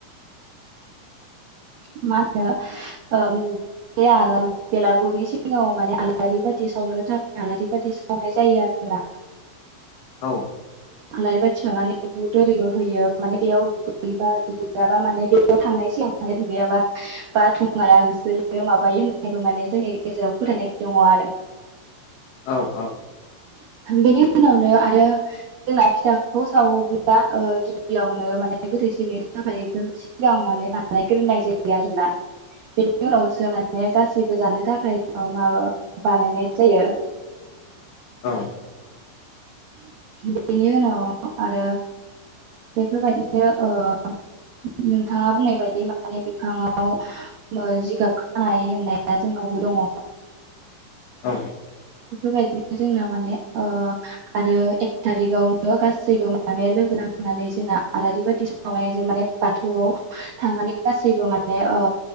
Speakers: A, on the right; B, on the left.
A: मा होनो ओ बे आलाम बेलागुरनि सिगाङाव माने आलारि बाथि सावनो थाखाय आलारि बाथि सावनाय जायो आरोना।
B: औ
A: आलारि बाथि सावनानै बुद आरिबो होयो माने बेयाव दुगैबा दुगैजाबा माने बेयाव थांनाय सिगां माने दुगैयाबा बा थुङा होसो होयो माबायो होननानैबो माने जोंनि गेजेराव फोथायनाय दङ आरो।
B: औ औ
A: बेनि उनावनो आरो जोंना फिथाखौ सावोब्ला ओ-गिबियावनो माने गोथैसेनि थाखाय सिगां माने बानायग्रोनाय जायो आरोना बे। नि उनावसो माने गासैबो जानो थाखाय माबा बानायनाय जायो।
B: औ
A: बेनि उनाव आरो बेफोरबायदिनो ओ-नोंथाङा बुंनाय बायदि माने बिफाङाव। जिगाब खानाय होननाया जोंनावबो दङ
B: औ
A: बेफोरबायदिनो जोंना माने ओ आरो एक थारिकआवनो गासैबो माने लोगो नांनानै जोंना आलारि बाथि सावनायजों माने बाथौआव थांनानै गासैबो माने ओ